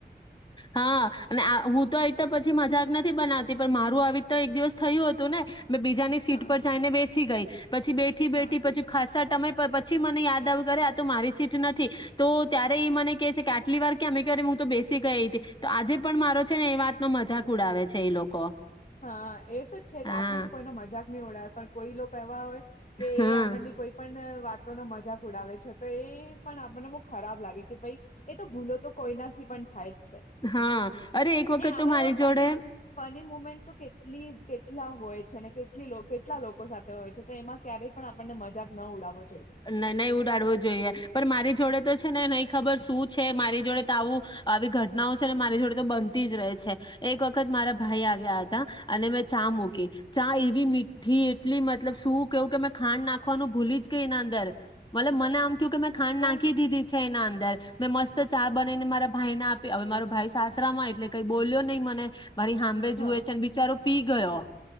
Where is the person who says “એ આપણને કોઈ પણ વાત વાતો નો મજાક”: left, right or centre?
Left